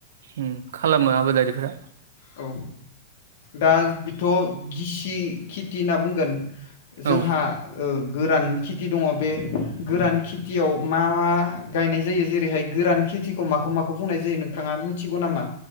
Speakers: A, on the right; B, on the left.
A: उम खालामो आबादारिफोरा
B: औ दा बिथ गिसि खेथि होनना बुंगोन।
A: औ
B: जोंहा ओ गोरान खिथि दङ बे गोरान खिथियाव मा मा गायनाय जायो जेरैहाय गोरान खेथिखौ माखौ माखौ बुंनाय जायो नोंथाङा मिथिगौ नामा?